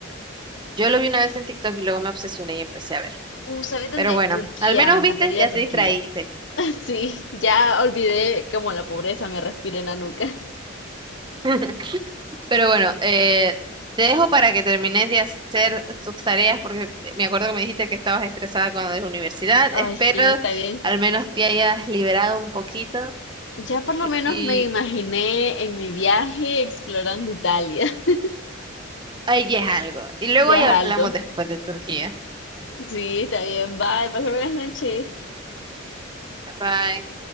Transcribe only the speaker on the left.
Uh, ¿sabes dónde?
Turquía,
me encantaría
ir a Turquía.
<laughs> Sí, ya olvidé cómo la pobreza me respira en la nuca.
Ay,
sí, está bien.
Ya por lo menos
me imaginé en mi viaje explorando Italia. <laughs>
Ya
es algo.
Sí, está bien. Bye, pasa buenas noches.